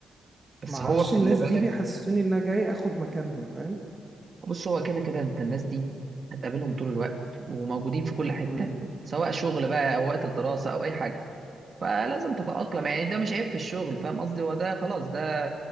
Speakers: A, on the right (about 35°); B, on the right (about 20°).
A: بس
B: معرفش
A: هو خلي
B: الناس
A: بالك
B: دي بيحسسوني إن أنا جاي آخد مكانهم فاهم
A: بص هو كده كده انت الناس دي هتقابلهم طول الوقت وموجودين في كل حته
B: مم.
A: سواء شغل بقى او وقت الدراسه او اي حاجه فلازم تتاقلم يعني ده مش عيب في الشغل فاهم قصدي هو ده خلاص ده